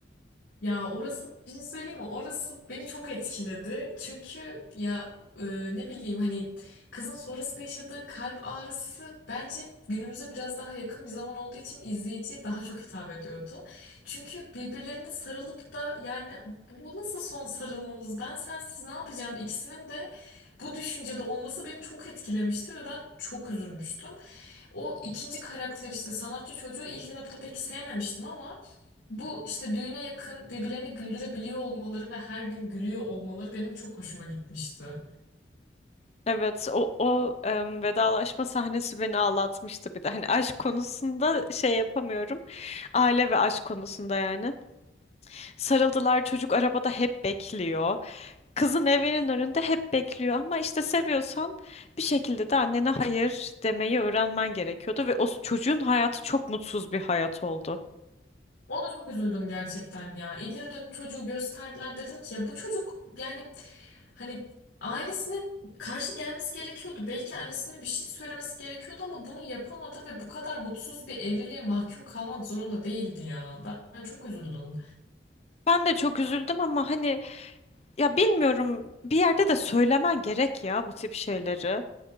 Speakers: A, on the left (about 85°); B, on the left (about 35°).
A: Ya orası bir şey söyleyeyim mi? Orası beni çok etkiledi. Çünkü ya e, ne bileyim hani kızın sonrasında yaşadığı kalp ağrısı bence günümüze biraz daha yakın bir zaman olduğu için izleyiciye daha çok hitap ediyordu. Çünkü birbirlerine sarılıp da yani bu nasıl son sarılmamız? Ben sensiz ne yapacağım? İkisinin de bu düşüncede olması beni çok etkilemişti ve ben çok üzülmüştüm. O ikinci karakter işte sanatçı çocuğu ilk etapta pek sevmemiştim ama bu işte düğüne yakın birbirlerini güldürebiliyor olmaları ve her gün gülüyor olmaları benim çok hoşuma gitmişti.
B: Evet, o, o em, vedalaşma sahnesi beni ağlatmıştı bir de. Hani aşk konusunda şey yapamıyorum. Aile ve aşk konusunda yani. Sarıldılar, çocuk arabada hep bekliyor. Kızın evinin önünde hep bekliyor ama işte seviyorsan bir şekilde de annene hayır demeyi öğrenmen gerekiyordu ve o s- çocuğun hayatı çok mutsuz bir hayat oldu.
A: Ona çok üzüldüm gerçekten ya. İleri dönüp çocuğu gösterdiler. Dedim ki ya bu çocuk yani hani ailesine karşı gelmesi gerekiyordu. Belki annesine bir şey söylemesi gerekiyordu ama bunu yapamadı ve bu kadar mutsuz bir evliliğe mahkum kalmak zorunda değildi ya. Ben, ben çok üzüldüm.
B: Ben de çok üzüldüm ama hani ya bilmiyorum bir yerde de söylemen gerek ya bu tip şeyleri.